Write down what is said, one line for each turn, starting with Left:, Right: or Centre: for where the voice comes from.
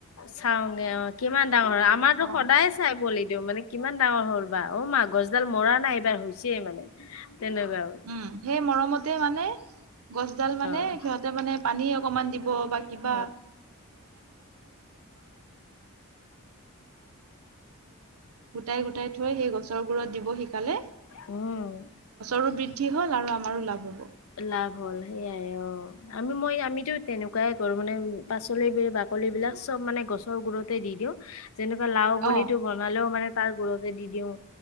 Left: চাওগে অ কিমান ডাঙৰ আমাৰতো
Right: অ
Left: সদায় চাই বলি দিওঁ মানে। কিমান ডাঙৰ হ'ল বা অ মাগছডাল মৰা নাই এইবাৰ হৈছে মানে। তেনেকুৱা
Right: উম। সেই মৰমতে মানে গছডাল মানে
Left: অ
Right: সিহঁতে মানে পানী অকমান দিব। <inaudible> বাকলিবোৰ
Left: অ
Right: গোটাই গোটাই থৈ সেই গছৰ গুৰুত দিব শিকালে।
Left: উম।
Right: ৰো বৃদ্ধি হ'ল আমাৰো লাভ হ'ব।
Left: লাভ হ'ল সেইয়াই অ আমি মই আমিতো তেনেকুৱাই কৰো মানে পাচলি যি বাকলি। বাকল বিলাক চব মানে গছৰ গুৰিতে দি দিয়ক। যেনেকুৱা লাও পলিটো
Right: অ',
Left: বনালেও মানে তাৰ গোৰতে দি দিওঁ